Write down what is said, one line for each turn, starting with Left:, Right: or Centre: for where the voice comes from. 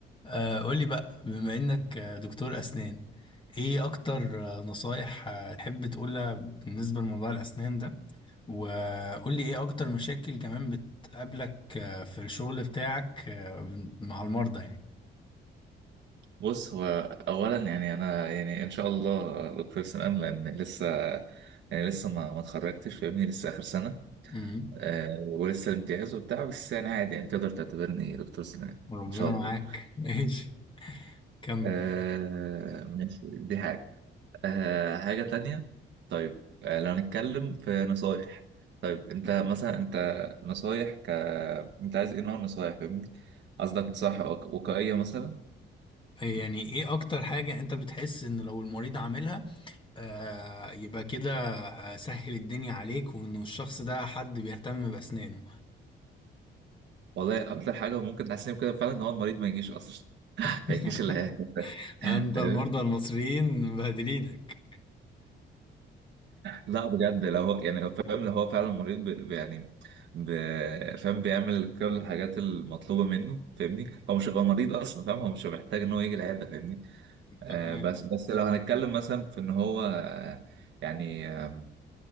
Left: آه، قولي بقى بما انك آه، دكتور اسنان ايه اكتر آه، نصايح آه، تحب تقولها بالنسبة لموضوع الاسنان ده وقولي ايه اكتر مشاكل كمان بتقابلك آه، في الشغل بتاعك آه، مع المرضى يعني
Right: بص هو اولا يعني انا يعني ان شاء الله دكتور سنان لان لسه يعني لسه ما ما اتخرجتش فاهمني لسه اخر سنه
Left: امم
Right: آه ولسه الامتياز وبتاع بس يعني عادي يعني تقدر تعتبرني دكتور سنان
Left: ربنا
Right: ان شاء الله
Left: معاك <laughs> ايش كمل
Right: آه ماشي دي حاجه آه حاجه تانية طيب آه لو هنتكلم في نصايح طيب انت مثلا انت نصايح ك انت عايز ايه نوع النصايح فاهمني قصدك نصايح وق- وقائيه مثلا
Left: إيه يعني ايه اكتر حاجة انت بتحس ان لو المريض عاملها آه يبقى كده آه، سهل الدنيا عليك وانه الشخص ده حد بيهتم باسنانه
Right: والله اكتر حاجه ممكن تحسني بكده فعلا ان هو المريض ما يجيش اصلا
Left: <laughs>
Right: هيكيس اللي هي- <laughs>
Left: انت
Right: فاهمني؟
Left: المرضى المصريين مبهدلينك
Right: لا بجد لو هو يعني فاهم لو هو فعلا مريض ب... ب- يعني ب... فاهم بيعمل كل الحاجات المطلوبة منه فاهمني هو مش هيبقى مريض اصلا فاهم هو مش محتاج ان هو يجي العيادة فاهمني آه
Left: تمام
Right: بس بس لو هنتكلم مثلا في ان هو آه يعني آه